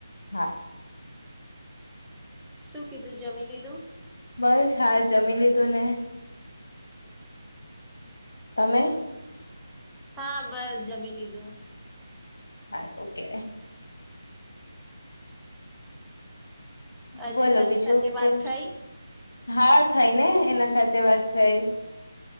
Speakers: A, on the left; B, in the centre.
A: હા.
B: શું કીધું જમી લીધું
A: બસ હા જમી લીધું ને
B: <inaudible>
A: તમે
B: હા બસ જમી લીધું
A: હા ઓકે બોલો
B: હજી હની
A: બીજું
B: સાથે વાત
A: કેમ
B: થઈ
A: હા થઈ ને એના સાથે વાત થઈ